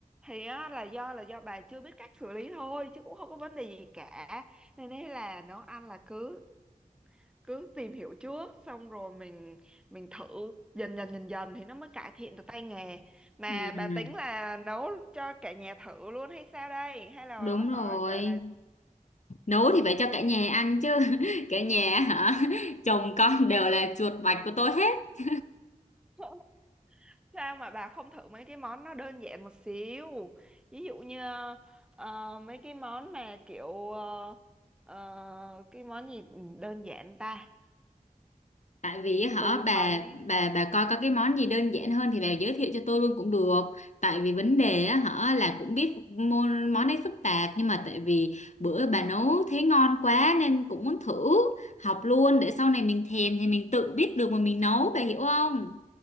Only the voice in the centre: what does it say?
thì á, là do là do bà chưa biết cách xử lý thôi chứ cũng không có vấn đề gì cả nên đấy là nấu ăn là cứ cứ tìm hiểu trước xong rồi mình mình thử dần dần dần dần thì nó mới cải thiện được tay nghề mà
bà tính là nấu cho cả nhà thử luôn hay sao đây hay là
hả, gọi là
<laughs> sao mà bà không thử mấy cái món nó đơn giản một xíu ví dụ như ờ, mấy cái món mà kiểu ờ, ờ, cái món gì ừ, đơn giản ta
tôi
thấy